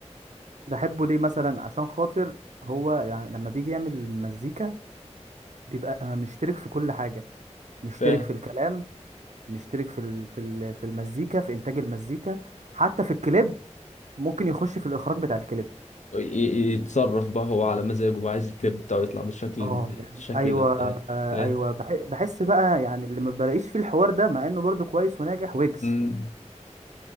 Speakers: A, on the right; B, on the left.
A: بحبه ليه مثلا عشان خاطر هو يعني لما بيجي يعمل مزيكا بيبقى مشترك في كل حاجة مشترك
B: فاهم
A: في الكلام مشترك في ال- في ال- في المزيكا في إنتاج المزيكا حتى في الكليب ممكن يخش في الإخراج بتاع الكليب
B: ي- ي- يتصرف بقى هو على مزاجه بقى عايز الكليب بتاعه يطلع بالشكل
A: اه
B: الشكل
A: يعني ايوه
B: ده بتاع
A: آه،
B: ياه.
A: ايوه بح- بحس بقى يعني اللي ما بلاقيش فيه الحوار ده مع انه برضو كويس وناجح ويجز
B: مم.